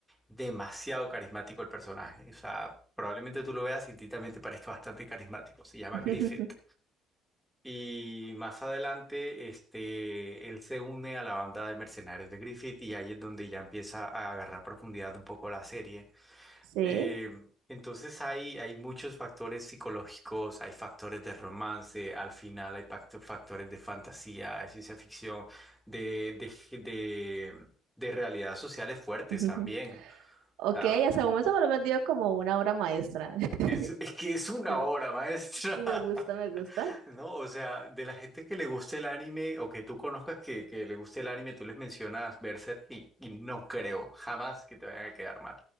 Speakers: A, in the centre; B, on the right.
A: Demasiado carismático el personaje. O sea, probablemente tú lo veas y a ti también te parezca bastante carismático. Se llama
B: <laughs>
A: Griffith. Y más adelante, este, él se une a la banda de mercenarios de Griffith y ahí es donde ya empieza a agarrar profundidad un poco la serie.
B: Sí.
A: Eh, entonces hay, hay muchos factores psicológicos, hay factores de romance, al final hay pacto- factores de fantasía, de ciencia ficción, de, de, de, de realidades sociales fuertes
B: Ujú.
A: también.
B: Ok,
A: O sea,
B: hasta el momento me lo he vendido como una obra maestra. <laughs>
A: es, es que es una
B: Pero-
A: obra maestra,
B: y me gusta, me gusta.
A: <laughs> ¿no? O sea, de la gente que le guste el anime o que tú conozcas que, que le guste el anime, tú les mencionas Berserk y, y no creo jamás que te vayan a quedar mal.